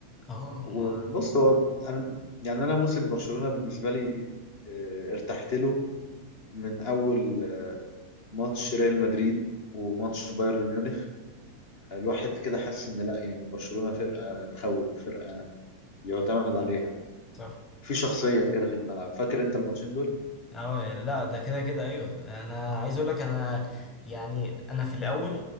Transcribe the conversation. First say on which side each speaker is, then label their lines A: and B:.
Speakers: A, on the left; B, on the left.
A: اه
B: هو-
A: مع
B: بص هو انا يعني انا موسم برشلونة بالنسبة لي آه، ارتحت له من اول ماتش ريال مدريد وماتش بايرن ميونخ الواحد كده حس ان لا يعني برشلونة فرقة تخوف فرقة يعتمد عليها
A: صح
B: في شخصية كده في الملعب فاكر انت الماتشين دول؟
A: اه لا ده كده كده ايوه انا عايز اقول لك انا يعني انا في الاول